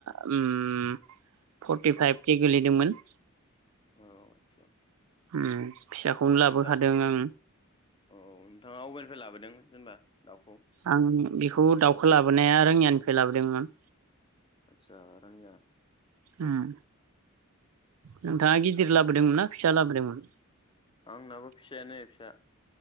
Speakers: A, on the right; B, on the left.
A: ओम फर्टिफाइभ के गोलैदोंमोन
B: औ आतसा
A: उम फिसाखौनो लाबोखादों
B: नोंथां
A: आं
B: औ नोंथाङा अबेनिफ्राय लाबोदोंमोन जेनबा दाउखौ
A: आं बेखौ दाउखौ लाबोनाया रोङियानिफ्राय लाबोदोंमोन
B: आतसा रंयिया
A: उम नोंथाङा गिदिर लाबोदोंमोन ना फिसा लाबोदोंमोन
B: आंनाबो फिसायानो फिसा